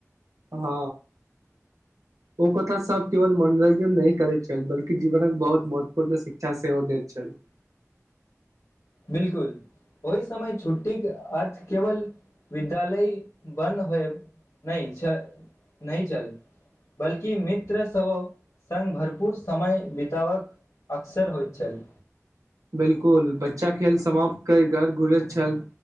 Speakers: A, on the right; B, on the left.
A: हँ ओ कथा सब केवल मनोरञ्जन नहि करैत छल बल्कि जीवनक बहुत महत्वपूर्ण शिक्षा सेहो दैत छल <inaudible>
B: बिलकुल ओहि समय छुट्टीके अर्थ केवल विद्यालय बन्द होयब नहि छै नहि चल बल्कि मित्रसभ सँ सङ्ग भरपूर समय बितावक अक्सर होइत छल
A: बिलकुल बच्चा खेल समाप्त कइ घर घुरैत छल